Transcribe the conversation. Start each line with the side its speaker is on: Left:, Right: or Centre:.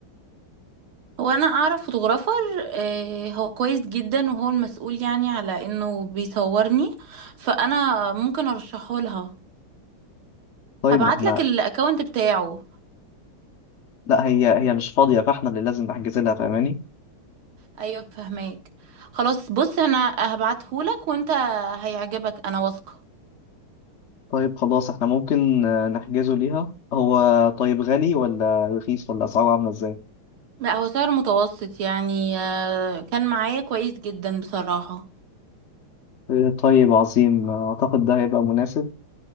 Right: هو انا اعرف فوتوغرافر آه، هو كويس جدا وهو المسؤول يعني على انه بيصورني فانا ممكن ارشحه لها
Left: طيب
Right: هبعت
Left: ما احنا
Right: لك الاكونت بتاعه
Left: لا هي هي مش فاضية فاحنا اللي لازم نحجز لها فاهماني؟
Right: ايوه فهماك خلاص بص انا هبعته لك وانت هيعجبك انا واثقة
Left: طيب خلاص احنا ممكن آه، نحجزه ليها هو طيب غالي ولا رخيص ولا اسعاره عامله ازاي
Right: لا هو سعر متوسط يعني آه، كان معايا كويس جدا بصراحة
Left: آه، طيب عظيم آه، اعتقد ده هيبقى مناسب